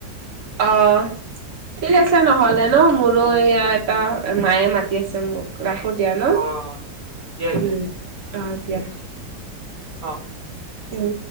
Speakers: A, on the right; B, on the right.
A: অ, ঠিক আছে নহলে ন মোৰো এই এটা মায়ে মাতি আছে মোক। ৰাখো দিয়া ন,
B: অ দিয়া
A: উম
B: দিয়া
A: আহ দিয়া।
B: অ
A: উম।